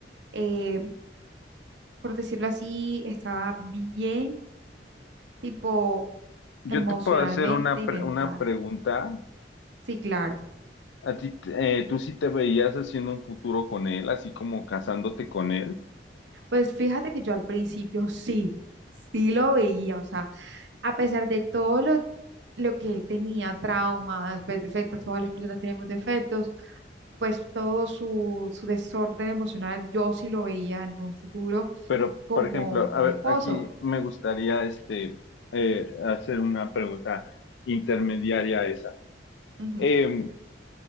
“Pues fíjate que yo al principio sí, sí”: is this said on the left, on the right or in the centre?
Right